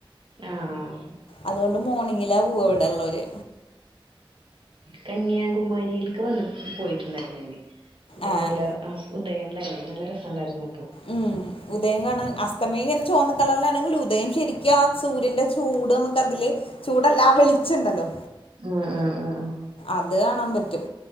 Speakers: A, on the right; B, on the left.
A: ആഹ്
B: അതോണ്ട് മോർണിങ്ങിലാ പോവ ഇവിടെയുള്ളവര്
A: കന്യാകുമാരിയിലേക്ക് വന്ന പോയിട്ടുണ്ടായിരുന്നെന് ഇതേപോലെ
B: ആഹ്
A: ഉദയം തന്നെ നല്ല രസണ്ടായിരുന്നപ്പം
B: ഉം ഉദയം കാണൻ അസ്തമയും ഇങ്ങനെ ചുവന്ന കള്ളറിലാണെങ്കില ഉദയം ശരിക്ക ആ സൂര്യന്റെ ചൂട് നമുക്ക് അതില് ചൂടല്ലാ വെളിച്ചണ്ടല്ലോ
A: ആ ആ ആ ആ
B: അത് കാണാൻ പറ്റും